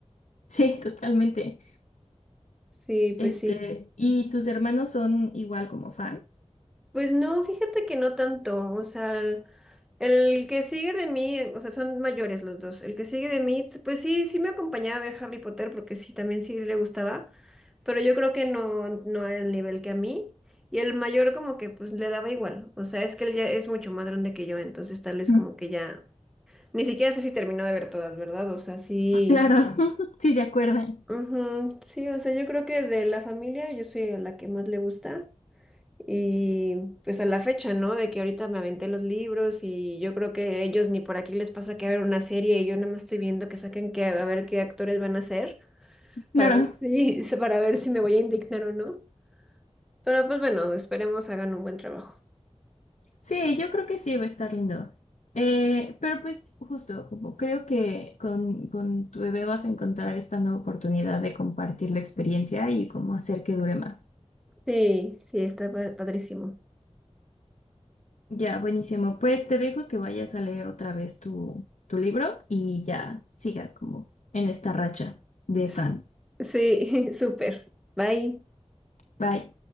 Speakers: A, on the left; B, in the centre.
A: Sí, totalmente.
B: Sí,
A: Este,
B: pues sí.
A: ¿y tus hermanos son igual como fan?
B: Pues no, fíjate que no tanto. O sea, el, el que sigue de mí, o sea, son mayores los dos. El que sigue de mí, pues sí, sí me acompañaba a ver Harry Potter porque sí, también sí le gustaba, pero yo creo que no, no al nivel que a mí. Y el mayor como que pues le daba igual. O sea, es que él ya es mucho más grande que yo, entonces tal vez
A: Ujú.
B: como que ya, ni siquiera sé si terminó de ver todas, ¿verdad? O sea, sí.
A: Claro, <laughs> sí se acuerdan.
B: Ujú, Sí, o sea, yo creo que de la familia yo soy a la que más le gusta y pues a la fecha, ¿no? De que ahorita me aventé los libros y yo creo que ellos ni por aquí les pasa que hagan una serie y yo nada más estoy viendo que saquen que a ver qué actores van a ser
A: Claro.
B: para ver si <laughs> para ver si me voy a indignar o no. Pero pues bueno, esperemos hagan un buen trabajo.
A: Sí, yo creo que sí va a estar lindo. Eh, pero pues justo, como creo que con, con tu bebé vas a encontrar esta nueva oportunidad de compartir la experiencia y cómo hacer que dure más.
B: Sí, sí, está pa- padrísimo.
A: Ya, buenísimo. Pues te dejo que vayas a leer otra vez tu, tu libro y ya sigas como en esta racha de
B: Sí,
A: fan.
B: sí, <laughs> súper. Bye.
A: Bye.